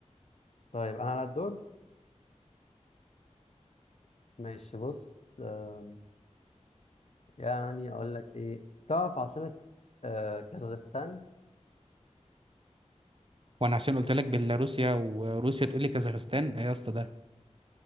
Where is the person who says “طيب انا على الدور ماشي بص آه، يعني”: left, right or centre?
Left